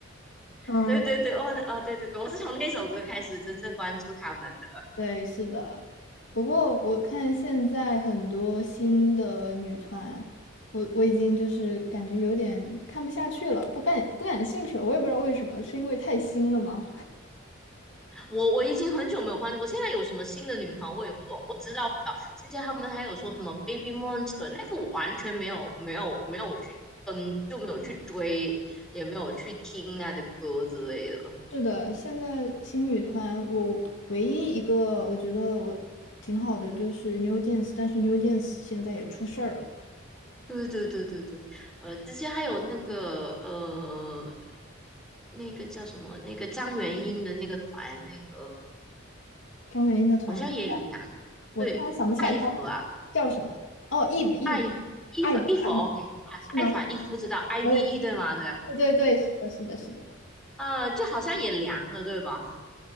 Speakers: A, on the left; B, in the centre.
A: 嗯，
B: 对对对，哦哦，对对对，我是从那首歌开始真正关注他们的。
A: 对，是的。不过我看现在很多新的女团，我我已经就是感觉有点看不下去了，不感不感兴趣了。我也不知道为什么，是因为太新了吗？
B: 我我已经很久没有关注，我现在有什么新的女团我也不懂，我知道比较之前他们还有说什么 Baby Monster 那个我完全没有没有没有去嗯就没有去追，也没有去听他的歌之类的。
A: 是的，现在新女团，我唯一一个我觉得我挺好的就是 New Jeans，但是 New Jeans 现在也出事儿了。
B: 对对对对对，呃，之前还有那个呃，那个叫什么？那个张元英的那个团，那个
A: 张元英的团，
B: 好像也凉。
A: 我突然想不起来她
B: 对，艾弗啊，
A: 叫什么。哦，Eve Eve
B: 艾弗伊弗伊弗，OK
A: 艾
B: 啊，
A: 是吗？
B: 艾法伊夫知道，IVE
A: 我也
B: 对吗？对，
A: 对对对，是的，是的，是的。
B: 呃，就好像也凉了，对吧？